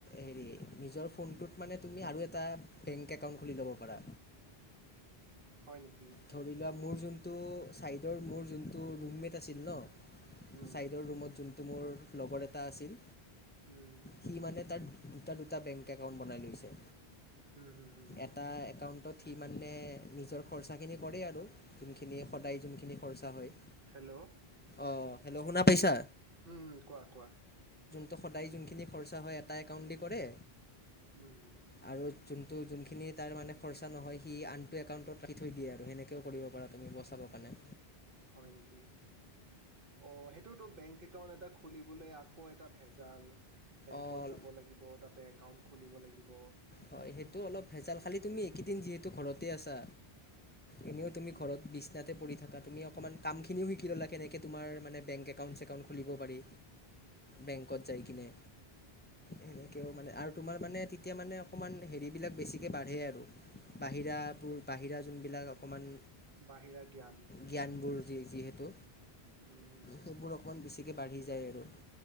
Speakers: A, on the left; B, on the right.
A: হেৰি নিজৰ ফোনটোত মানে তুমি আৰু এটা বেংক একাউন্ট খুলি লব পাৰা,
B: হয় নেকি
A: ধৰি লোৱা মোৰ যোনটো চাইডৰ মোৰ যোনটো ৰুমমেট আছিল ন,
B: উম
A: চাইডৰ ৰুমত যোন টো মোৰ লগৰ এটা আছিল,
B: উম
A: সি মানে তাৰ দু টা দুটা বেংক একাউণ্ট বনাই লৈছে।
B: হুম হুম হুম
A: এটা একাউন্টত সি মানে নিজৰ খৰচাখিনি কৰে আৰু যোনখিনি সদায় যোনখিনি খৰচা হয়।
B: হেল্ল'?
A: অ হেল্ল' শুনা পাইছা?
B: উম কোৱা কোৱা?
A: ত সদায় যোনখিনি খৰচা হয় এটা একাউণ্ট দি কৰে
B: উম।
A: আৰু যোনটো যোনখিনি তাৰ মানে খৰচা নহয়, সি আনটো একাউণ্টত ৰাখি থৈ দিয়ে আৰু সেনেকেও কৰিব পাৰা তুমি বচাব মানে।
B: হয় নেকি? অ সেইটোতো বেংক একাউণ্ট এটা খুলিবলৈ আকৌ এটা ভেজাল, বেংকত
A: অঁ
B: যাব লাগিব তাতে একাউণ্ট খুলিব লাগিব।
A: হয় সেইটো অলপ ভেজাল, খালি তুমি এইকেইদিন যিহেতু ঘৰতে আছা এনেও তুমি
B: উম
A: ঘৰত বিছনাতে পৰি থাকা তুমি অকমান কামখিনিও শিকি ল'লা কেনেকে তোমাৰ মানে বেংক একাউণ্ট - ছেকাউণ্ট খুলিব পাৰি। বেংকত যাই
B: উম,
A: কিনে সেনেকেও মানে আৰু তোমাৰ মানে তেতিয়া মানে অকণমান হেৰিবিলাক বেছিকৈ বাঢ়ে আৰু বাহিৰাবোৰ বাহিৰা যোনবিলাক অকণমান
B: বাহিৰা জ্ঞান
A: জ্ঞানবোৰ যি যিহেতু
B: উম
A: সেইবোৰ
B: হোম
A: অকণমান বেছিকৈ বাঢ়ি যায় আৰু